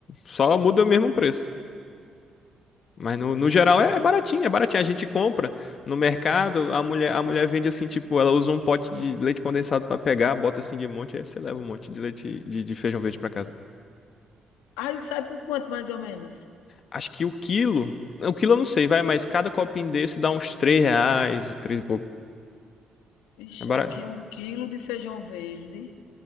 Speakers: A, on the left; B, on the left.
A: Só muda o mesmo preço. Mas no, no geral é baratinho, é baratinho. A gente compra no mercado, a mulher, a mulher vende assim, tipo, ela usa um pote de leite condensado pra pegar, bota assim de monte, aí você leva um monte de leite de, de feijão verde pra casa.
B: Aí sai por quanto, mais ou menos?
A: Acho que o quilo. O quilo eu não sei, vai, mas cada copinho desse dá uns 3 reais, 3 e pouco.
B: Ixi,
A: É barato.
B: aqui um quilo de feijão verde